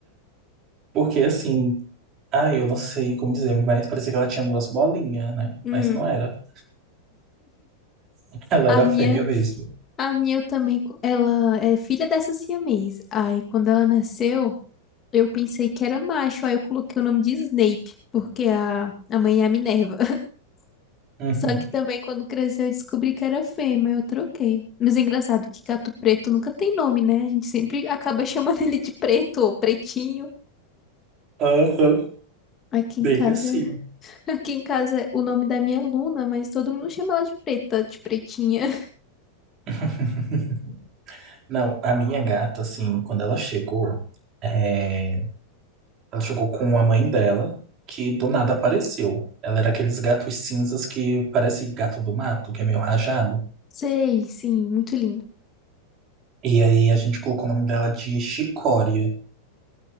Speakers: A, on the right (about 35°); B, on the left (about 25°).
A: Porque assim, ah, eu não sei como dizer, mas parecia que ela tinha duas bolinhas, né?
B: Uhum.
A: Mas não era. <laughs> Ela
B: A
A: era
B: minha.
A: fêmea mesmo.
B: A minha eu também, co- ela é filha dessa siamês. Aí quando ela nasceu, eu pensei que era macho, aí eu coloquei o nome de Snape, porque a, a mãe é a Minerva. <laughs>
A: Uhum.
B: Só que também quando cresceu eu descobri que era fêmea, eu troquei. Mas é engraçado que gato preto nunca tem nome, né? A gente sempre acaba <laughs> chamando ele de preto ou pretinho.
A: Aham.
B: Aqui
A: Bem
B: em casa,
A: assim.
B: aqui em casa o nome da minha é Luna, mas todo mundo chama ela de preta, de pretinha. <laughs>
A: <laughs> Não, a minha gata, assim, quando ela chegou, é, ela chegou com a mãe dela, que do nada apareceu. Ela era aqueles gatos cinzas que parece gato do mato, que é meio rajado.
B: Sei, sim, muito lindo.
A: E aí a gente colocou o nome dela de Chicória.